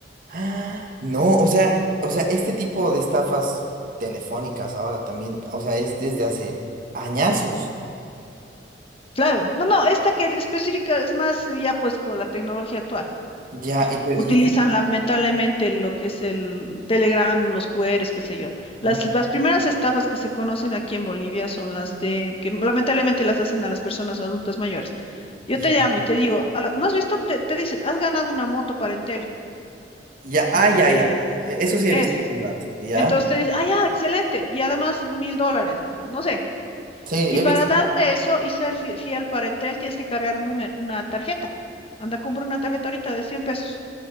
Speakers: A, on the right (about 50°); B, on the left (about 35°).
A: Ah, No, o sea, o sea, este tipo de estafas telefónicas ahora también, o sea, es desde hace añazos.
B: Claro, no, no, esta que específica es más eh, ya pues con la tecnología actual.
A: Ya, y, pero-
B: Utilizan
A: y este,
B: lamentablemente lo que es el Telegram, los QRs, qué sé yo. Las,
A: Ujú.
B: las primeras estafas que se conocen aquí en Bolivia son las de que lamentablemente las hacen a las personas adultas mayores. Yo
A: ya,
B: te llamo y te digo, "Ah, ¿no has visto? Te, te dicen, has ganado una moto para Entel
A: ya,
B: y
A: ah, ya,
B: te
A: ya. e- Eso sí
B: esas.
A: he visto un rato, ya.
B: Entonces te dicen, ah, ya, excelente. Y además mil dólares, así, no sé.
A: Sí,
B: Y
A: he
B: para
A: visto.
B: darte eso y ser fi- fiel para Entel, tienes que cargar un número, una tarjeta. Anda, compra una tarjeta ahorita de 100 pesos.